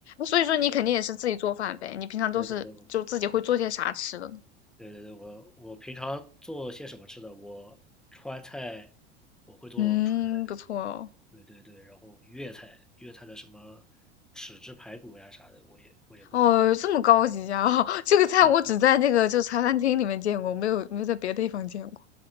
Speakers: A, on the left (about 80°); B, in the centre.
A: 所以说你肯定也是自己做饭呗，你平常都是就自己会做些啥吃的呢？
B: 对对对对对对，我我平常做些什么吃的？我川菜我会做川菜，
A: 嗯，不错哦，
B: 对对对，然后粤菜粤菜的什么豉汁排骨呀啥的，我也我也会做。
A: 哦，这么高级呀，<laughs> 这个菜我只在那个就茶餐厅里面见过，
B: 嗯
A: 没有没有在别的地方见过。